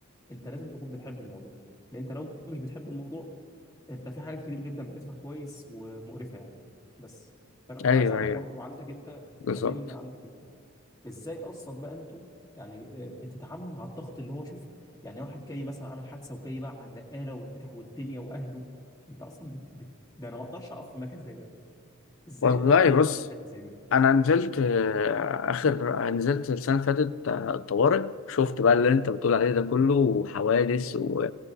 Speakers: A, on the left (about 20°); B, on the left (about 65°).
A: انت لازم تكون بتحب الموضوع لان انت لو مش بتحب الموضوع انت في حاجات كتير جدا بتدفع كويس ومقرفه يعني بس فانا كنت
B: ايوه
A: عايز اعرف
B: ايوه
A: برضو عندك انت
B: بالظبط
A: تكلمني عندك انت ازاي اصلا بقى انتوا يعني آه، بتتعاملوا مع الضغط اللي هو شوف يعني واحد جاي مثلا عامل حادثه وجاي بقى على النقاله وبتاع والدنيا واهله انت اصلا بت... بت... ده انا ما اقدرش اقف في مكان زي ده ازاي
B: والله
A: انت بقى بتهندل
B: بص
A: حته زي دي
B: انا نزلت آه، اخر نزلت السنه اللي فاتت آه، الطوارئ شفت بقى اللي انت بتقول عليه ده كله وحوادث و...